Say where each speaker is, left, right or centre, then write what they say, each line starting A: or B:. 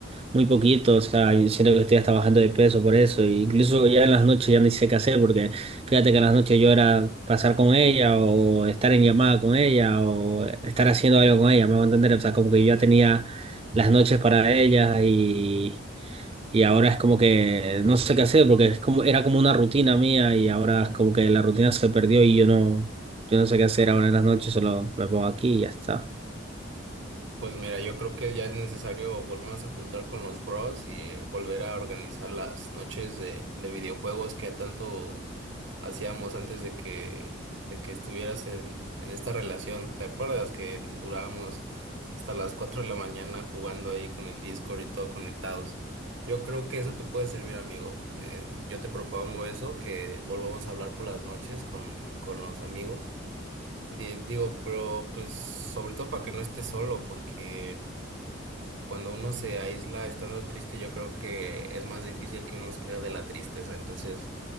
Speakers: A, on the right (about 30°); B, on the right (about 70°).
A: muy poquito, o sea, yo siento que estoy hasta bajando de peso por eso, e incluso ya en las noches ya ni sé qué hacer porque... Fíjate que en las noches yo era pasar con ella o estar en llamada con ella o estar haciendo algo con ella, me va a entender. O sea, como que yo ya tenía las noches para ella y, y ahora es como que no sé qué hacer porque es como, era como una rutina mía y ahora es como que la rutina se perdió y yo no, yo no sé qué hacer ahora en las noches, solo me pongo aquí y ya está.
B: Pues mira, yo creo que ya es necesario volvernos a juntar con los bros y eh, volver a organizar las noches de, de videojuegos que tanto hacíamos antes de que, de que estuvieras en, en esta relación. ¿Te acuerdas que durábamos hasta las 4 de la mañana jugando ahí con el Discord y todo conectados? Yo creo que eso te puede servir, amigo. Eh, yo te propongo eso, que volvamos a hablar por las noches con, con los amigos Di- Digo, pero pues sobre todo para que no esté solo, porque cuando uno se aísla estando triste, yo creo que es más difícil que uno salga de la tristeza. Entonces,